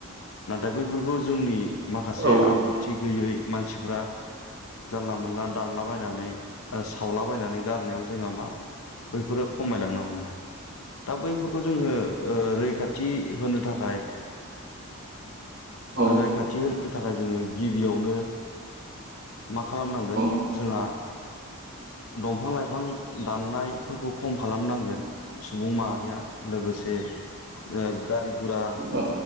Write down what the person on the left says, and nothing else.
नाथाय बैफोरखौ जोंनि माखासे
आब्रुथि गैयै मानसिफ्रा जानला मोनला दानलाबायनानै ओ सावलाबायनानै गारनायाव जोंहा मा बैफोरो खमायलांनो हमबाय दा बैफोरखौ जोङो ओ रैखाथि होनो थाखाय
रैखाथि होनो थाखाय जोङो गिबियावनो मा खालामनांगोन
जोंहा दंफां लाइफां दाननायफोरखौ खम खालामनांगोन सुबुं माहारिया। लोगोसे ओ गारि गुरा